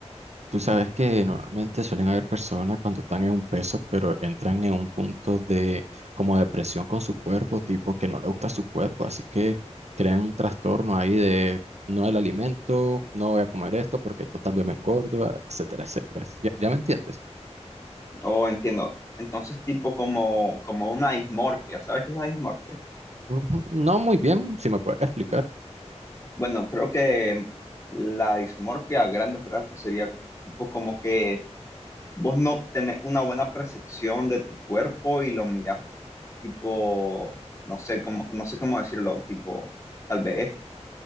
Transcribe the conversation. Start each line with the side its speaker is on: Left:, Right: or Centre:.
Right: Tú sabes que normalmente suelen haber personas cuando están en un peso, pero entran en un punto de como depresión con su cuerpo, tipo que no le gusta su cuerpo, así que crean un trastorno ahí de no el alimento, no voy a comer esto porque esto tal vez me engorda, etcétera, etcétera. ¿Ya, ya me entiendes?
Left: O entiendo, entonces tipo como, como una dismorfia, ¿sabes qué es la dismorfia?
Right: Ujú. No muy bien, si me puedes explicar.
Left: Bueno, creo que la dismorfia a grandes rasgos sería tipo como que vos no tenés una buena percepción de tu cuerpo y lo mirás tipo, no sé cómo, no sé cómo decirlo, tipo, tal vez